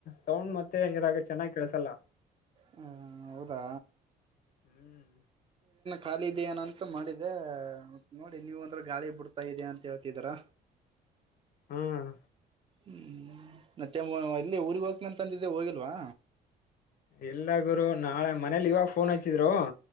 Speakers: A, on the left; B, on the right.
A: ಸೌಂಡ್ ಮತ್ತೆ ಇರಾಗ ಚೆನ್ನಾಗ್ ಕೆಳಸಲ್ಲ
B: ಹ ಹೌದಾ
A: ಹ್ಮ್
B: ಖಾಲಿ ಇದ ಏನಂತ ಮಾಡಿದೆ ಮತ್ ನೋಡಿ ನೀವು ಅಂದ್ರ ಗಾಳಿ ಬಿಡ್ತಾ ಇದ ಅಂತ ಹೇಳ್ತಿದೀರ
A: ಹ್ಮ್
B: ಹ್ಮ್ ಮತ್ತೆ ಎಲ್ಲ ಊರ್ಗ್ ಹೋಗ್ನಂತಂದಿದ್ದೆ ಹೋಗಿಲ್ವಾ
A: ಇಲ್ಲ ಗುರು ನಾಳೆ ಮನೇಲಿ ಇವಾಗ ಫೋನ್ ಹಚ್ಚಿದ್ರು